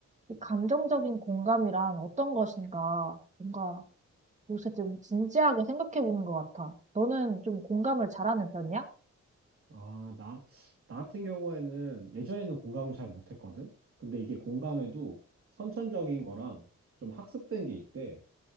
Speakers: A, on the right; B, on the right.
A: 이 감정적인 공감이란 어떤 것인가 뭔가 요새 좀 진지하게 생각해 보는 것 같아. 너는 좀 공감을 잘하는 편이야?
B: 아, 나, 나 같은 경우에는 예전에는 공감을 잘 못했거든? 근데 이게 공감에도 선천적인 거랑 좀 학습된 게 있대.